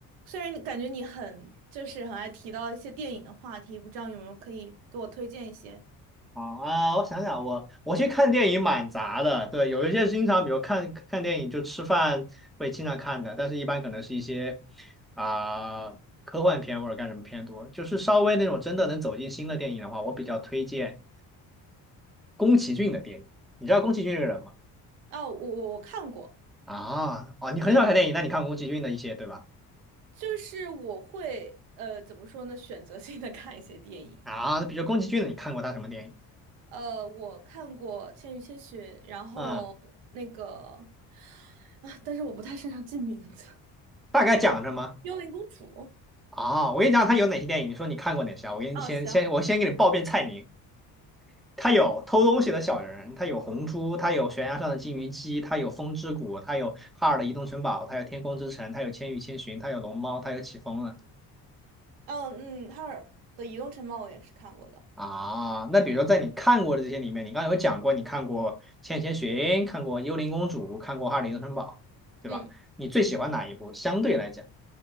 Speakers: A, on the right (about 85°); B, in the centre.
A: 虽然你感觉你很就是很爱提到一些电影的话题，不知道有没有可以给我推荐一些？
B: 好啊，我想想，我我去看电影蛮杂的，对，有一些经常，比如看看电影就吃饭会经常看的，但是一般可能是一些啊、科幻片或者干什么片多，就是稍微那种真的能走进新的电影的话，我比较推荐宫崎骏的电影。你知道宫崎骏这个人吗？
A: 哦，我我我看过，
B: 啊，哦，你很少看电影，
A: 就是
B: 那你看过宫崎骏的一些对吧？
A: 就是我会呃怎么说呢，选择性的看一些电影。
B: 啊，那比如宫崎骏的，你看过他什么电影？
A: 呃，我看过《千与千寻》，然后那个
B: 嗯，
A: 啊，但是我不太擅长记名字，
B: 大概讲什么？
A: 《幽灵公主》。
B: 啊，我跟你讲他有哪些电影，你说你看过哪些啊？我给你先先我先给你报遍菜名。
A: 哦，行，
B: 它有偷东西的小人，它有红猪，它有悬崖上的金鱼姬，它有风之谷，它有哈尔的移动城堡，它有天空之城，它有千与千寻，它有龙猫，它有起风了
A: 哦嗯，哈尔的《移动城堡》我也是看过的，
B: 啊。那比如说在你看过的这些里面，你刚刚有讲过，你看过千与千寻，看过幽灵公主，看过哈尔的移动城堡，对吧？
A: 嗯，
B: 你最喜欢哪一部？相对来讲，